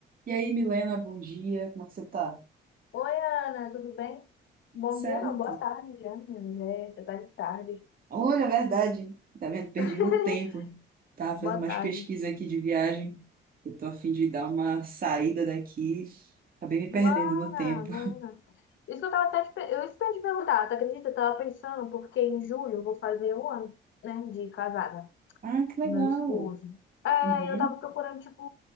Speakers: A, on the right; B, on the left.
A: E aí, Milena, bom dia, como é que você tá?
B: Oi, Ana, tudo bem? Bom
A: Certo.
B: dia, não, boa tarde já, menino, já é- já tá de tarde.
A: Olha, é verdade, tá vendo? Perdi
B: <laughs>
A: no tempo. Tava
B: Boa
A: fazendo umas
B: tarde.
A: pesquisas aqui de viagem. Eu tô a fim de dar uma saída daqui. Acabei me perdendo
B: Mana,
A: no tempo.
B: mana. Isso que eu tava até te, pe- eu, isso que eu ia te perguntar, tu acredita? Eu tava pensando, porque em julho eu vou fazer um ano, né, de casada,
A: Ah, que legal.
B: com meu esposo. É,
A: Uhum.
B: eu tava procurando, tipo,